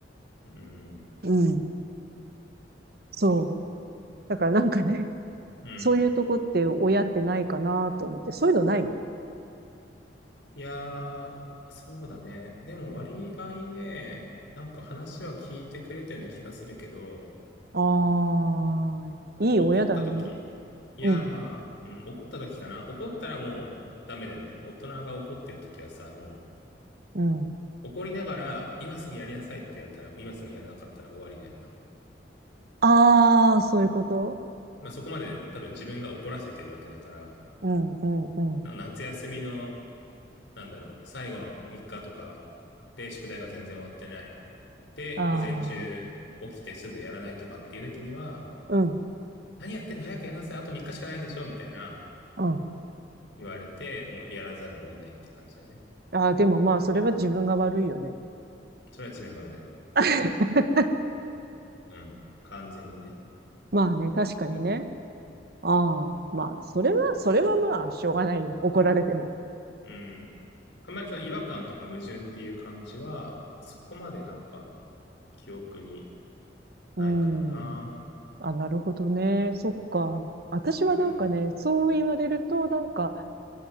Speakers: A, on the left; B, on the right.
A: うん。
B: うん。そう。だからなんかね、<laughs>
A: うん。
B: そういうとこって親ってないかなと思って。そういうのない
A: いやー、そうだね。でも割合ね、なんか話は聞いてくれたような気がするけど、
B: ああー、いい親だね。
A: 怒った時いや、
B: うん。
A: まあ、うん、怒った時かな。怒ったらもうダメだよね。大人が怒ってる時はさ、もう
B: うん。
A: 怒りながら、今すぐやりなさいって言われたら、もう今すぐやらなかったら終わりだよな。
B: ああ、そういうこと。
A: まあそこまで多分自分が怒らせてるわけだから、
B: うん、うん、うん。
A: な夏休みの、なんだろう、最後の3日とかで宿題が全然終わってない。で、
B: ああ。
A: 午前中起きてすぐやらないとかっていう時には、
B: うん、
A: 何やってんの早くやんなさい。あと3日しかないんでしょみたいな
B: うん。
A: 言われて、もうやらざるを得ないって感じだね。
B: ああ、でもまあ、それは自分が悪いよね。
A: それは自分が悪
B: <laughs>
A: い。うん。完全にね。
B: まあね、確かにね。ああ、まあ、それは、それはまあ、しょうがないよ。怒られても。
A: うん。あんまりその違和感とか矛盾っていう感じは、そこまでなんか記憶に
B: うん。
A: ないかもな。
B: あ、なるほどね。そっか。私はなんかね、
A: うん。
B: そう言われると、なんか、